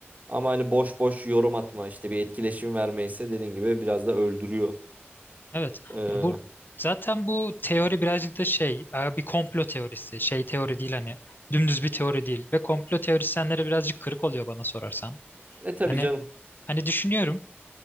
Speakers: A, on the right; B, on the left.
A: Ama hani boş boş
B: söylemim.
A: yorum atma işte bir etkileşim vermeyse dediğin gibi biraz da öldürüyor.
B: Evet.
A: E,
B: Ya bu zaten bu teori birazcık da şey, e, bir komplo teorisi. Şey teori değil hani dümdüz bir teori değil ve komplo teorisyenlere birazcık kırık oluyor bana sorarsan.
A: e tabii
B: Hani
A: canım.
B: hani düşünüyorum